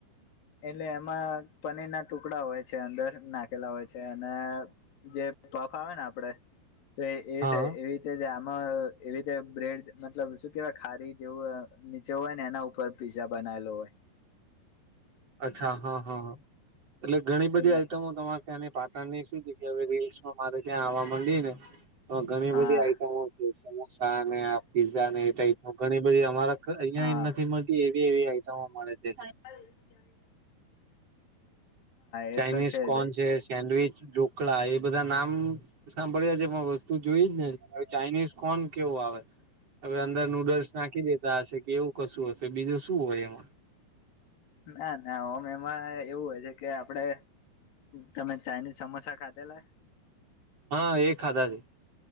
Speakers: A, on the left (about 65°); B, on the right (about 40°).
A: એટલે એમાં પનીર ના ટુકડા હોય છે, અંદર નાખેલા હોય છે, અને જે પફ આવે ને, આપડે તો એ
B: હા
A: એવી આમાં એવી રીતે બ્રેડ મતલબ શું કેવાય, ખારી જેવું. જે હોય ને, એના ઉપર પીઝા બનાવેેલો હોય.
B: અચ્છા, હા, હા, હા, એટલે ઘણી બધી
A: એટલે
B: આઈટમો તમારે ત્યા પાટણ ની શું છે કે, હવે રીલ્સમાં મારે ત્યાં આવવા માંડી ને, તો ઘણી
A: હા
B: બધી આઈટમો. સમોસા પીઝા ને, એ ટપ ઘણી બધી અમારા અહિયાં
A: હા
B: નથી મળતી. એવી એવી આઈટમો મળે છે.
A: ચાલે છે જાય.
B: ચાાઈનીઝ
A: એ તો
B: કોન
A: જ
B: છે, સેન્ડવીચ ઢોકળા એ, બધા નામ સાંભળ્યા જે વસ્તુ જોઈ જ ને, હ ચાઇનીઝ કોણ કેવો આવે. હવે અંદર નૂડલ્સ નાખી દેતા હશે કે એવું કશું હશે બીજું શું હોય એમાં.
A: ના ના ઓમ એમાં એવું હોય છે કે આપડે તમે ચાઇનીઝ સમોસા ખાધેલા
B: હા, એ ખાધા છે